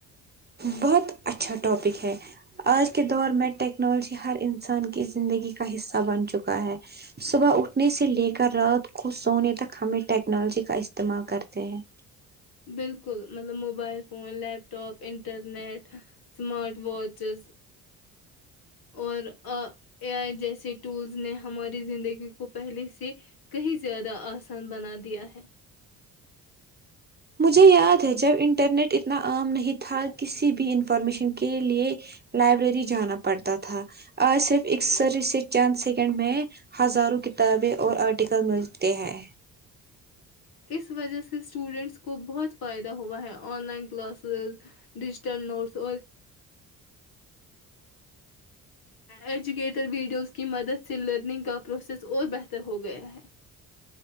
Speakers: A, on the right; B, on the left.
A: بہت اچ اچھا ٹاپک ہے آج کے دور میں ٹیکنالوجی ہر انسان کی زندگی کا حصہ بن چکا ہے صبح اٹھنے سے لے کر رات کو سونے تک ہمیں ٹیکنالوجی کا استعمال کرتے ہیں
B: بالکل مطلب mobile phone laptop internet smart watches اور آ اے آئی جیسے ٹولز نے ہماری زندگی کو پہلے سے کہیں زیادہ آسان بنا دیا ہے
A: مجھے یاد ہے جب انٹرنیٹ اتنا عام نہیں تھا کسی بھی انفارمیشن کے لیے لائبریری جانا پڑتا تھا اور صرف اک سر سے چند سیکنڈ میں ہزاروں کتابیں اور آرٹیکل ملتے ہیں
B: اس وجہ سے اسٹوڈنٹس کو بہت فائدہ ہوا ہے online classes digital notes اور ایجوکیٹیڈ ویڈیوز کی مدد سے لرننگ کا پروسیس اور بہتر ہو گیا ہے